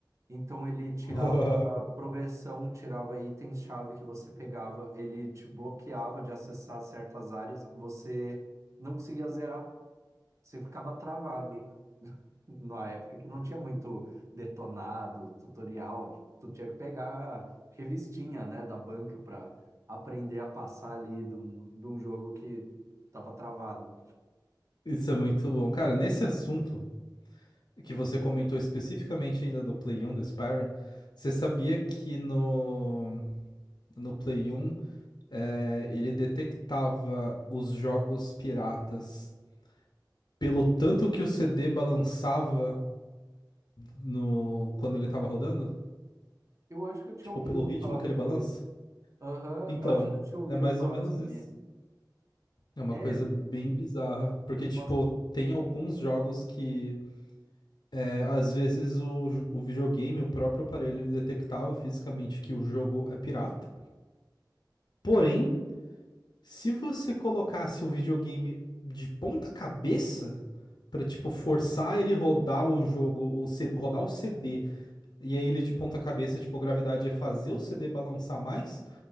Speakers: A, on the right; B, on the left.
A: Então ele tirava
B: <laughs>
A: a progressão, tirava itens-chave que você pegava, ele te bloqueava de acessar certas áreas, você não conseguia zerar, você ficava travado. <laughs> Na época que não tinha muito detonado, tutorial, tu tinha que pegar a revistinha, né, da banca para aprender a passar ali de um, de um jogo que estava travado.
B: Isso é muito bom. Cara, nesse assunto que você comentou especificamente ainda do Play 1 do Spyro, você sabia que no, no Play 1 eh, ele detectava os jogos piratas pelo tanto que o CD balançava no, quando ele tava rodando?
A: Eu acho que eu tinha
B: Tipo,
A: ouvido
B: pelo ritmo
A: falar
B: que ele
A: sobre
B: balança?
A: isso. Aham,
B: Então,
A: eu acho que eu tinha ouvido
B: é mais
A: falar
B: ou menos
A: sobre
B: isso.
A: isso.
B: É uma
A: É,
B: coisa bem bizarra, porque, tipo,
A: nossa,
B: tem alguns jogos que, é, às vezes, o, jo- o videogame, o próprio aparelho, ele detectava fisicamente que o jogo é pirata. Porém, se você colocasse o videogame de ponta cabeça, pra, tipo, forçar ele rodar o jogo, ou C- rodar o CD, e aí ele de ponta cabeça, tipo, a gravidade ia fazer o CD balançar mais,